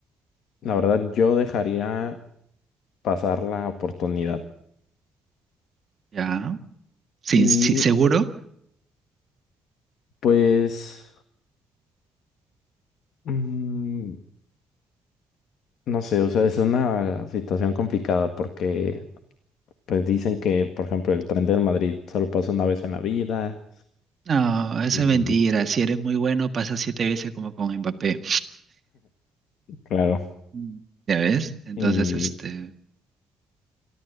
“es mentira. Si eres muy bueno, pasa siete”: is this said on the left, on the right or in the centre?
Right